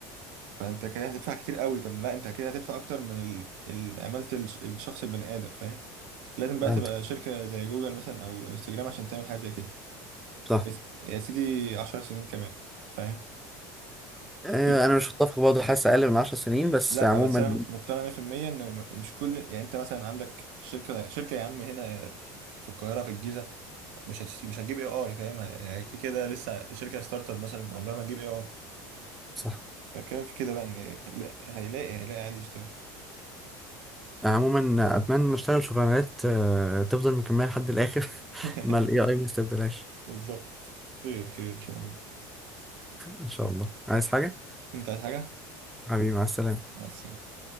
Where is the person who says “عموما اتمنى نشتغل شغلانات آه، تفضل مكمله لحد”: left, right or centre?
Centre